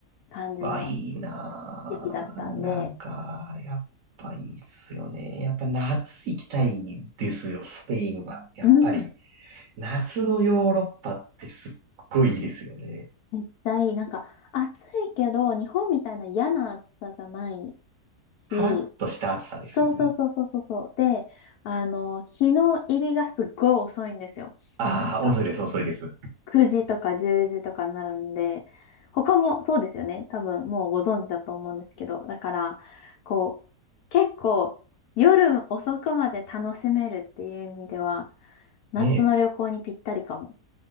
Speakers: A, on the left; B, on the right.
A: 感じの
B: わ、いいなー。
A: 時期だったんで、
B: なんか、やっぱいいっすよね。やっぱ夏行きたいですよ、スペインは。やっぱり、
A: うん
B: 夏のヨーロッパってすっごいいいですよね。
A: めっちゃいい。なんか、暑いけど、日本みたいな嫌な暑さじゃないし、
B: カラッとした暑さですよね。
A: そうそうそうそうそうそう。で、あの、日の入りがすっごい遅いんですよ。
B: あー、
A: なんか、
B: 遅いです、遅いです。
A: 9時とか10時とかになるんで、他もそうですよね。多分、もうご存知だと思うんですけど。だから、こう、結構、夜遅くまで楽しめるっていう意味では、夏の旅行にぴったりかも。
B: ねえ。